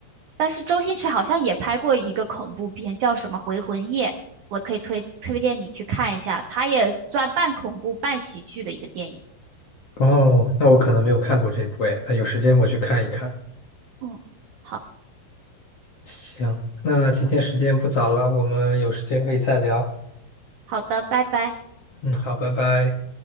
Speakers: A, on the right; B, on the left.
A: 但是周星驰好像也拍过一个恐怖片，叫什么《回魂夜》，我可以推推荐你去看一下，它也算半恐怖半喜剧的一个电影。
B: 哦，那我可能没有看过这部诶，那有时间我去看一看。
A: 嗯，好，
B: 行，那今天时间不早了，我们有时间可以再聊。
A: 好的，拜拜。
B: 嗯，好，拜拜。